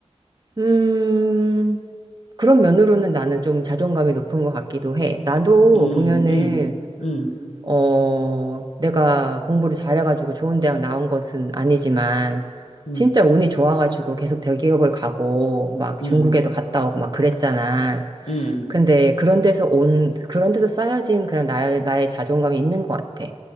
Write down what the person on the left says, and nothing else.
음,
음, 음,
음,
음,
음,